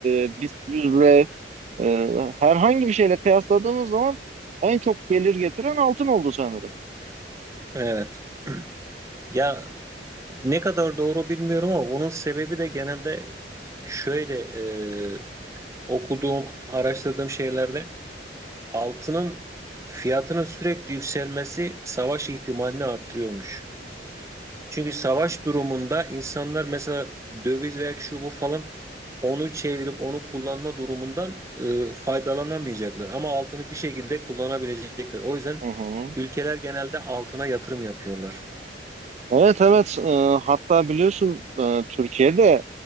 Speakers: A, on the right; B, on the right.
A: e, BIST 100'le e, herhangi bir şeyle kıyasladığımız zaman en çok gelir getiren altın oldu sanırım.
B: Evet. <clears throat> Ya ne kadar doğru bilmiyorum ama bunun sebebi de genelde şöyle e, okuduğum, araştırdığım şeylerde altının fiyatının sürekli yükselmesi savaş ihtimalini arttırıyormuş. Çünkü savaş durumunda insanlar mesela döviz veya şu bu falan onu çevirip onu kullanma durumundan e, faydalanamayacaklar. Ama altını bir şekilde kullanabilecekler. O yüzden
A: Hı hı.
B: ülkeler genelde altına yatırım yapıyorlar.
A: Evet evet E, hatta biliyorsun e, Türkiye'de